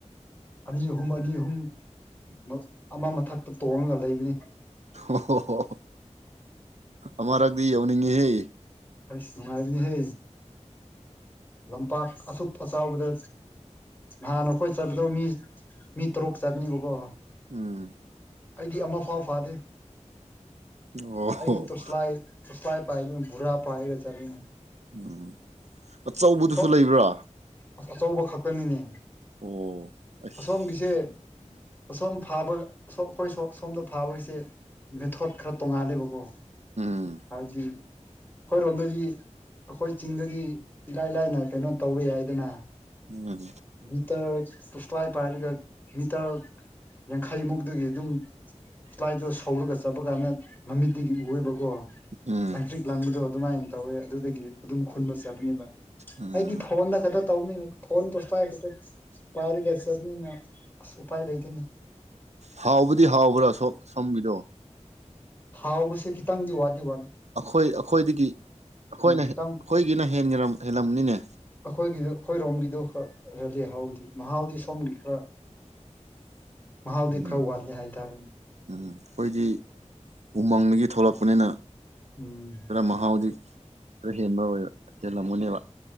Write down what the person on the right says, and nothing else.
ꯍꯣ ꯍꯣ ꯍꯣ ꯑꯃꯔꯛꯇꯗꯤ ꯌꯧꯅꯤꯡꯉꯤꯍꯦ
ꯎꯝ
ꯑꯣ
ꯎꯝ ꯑꯆꯧꯕꯗꯨꯁꯨ
ꯂꯩꯕ꯭ꯔꯥ
ꯑꯣ ꯑꯁ
ꯎꯝ
ꯎꯝ
ꯎꯝ
ꯎꯝ
ꯍꯥꯎꯕꯗꯤ ꯍꯥꯎꯕ꯭ꯔꯥ ꯁꯣ ꯁꯣꯝꯒꯤꯗꯣ
ꯑꯩꯈꯣꯏ ꯑꯩꯈꯣꯏꯗꯒꯤ ꯑꯩꯈꯣꯏꯅ
ꯍꯦꯟ ꯑꯩꯈꯣꯏꯒꯤꯅ ꯍꯦꯟꯒꯔꯝ ꯍꯦꯜꯂꯝꯅꯤꯅꯦ
<inaudible>
ꯎꯝ
ꯎꯝ ꯑꯩꯈꯣꯏꯗꯤ ꯎꯃꯪꯗꯒꯤ ꯊꯣꯛꯂꯛꯄꯅꯤꯅ
ꯈꯔ ꯃꯍꯥꯎꯗꯤ ꯈꯔ ꯍꯦꯟꯕ ꯑꯣꯏꯕ ꯍꯦꯜꯂꯝꯒꯅꯦꯕ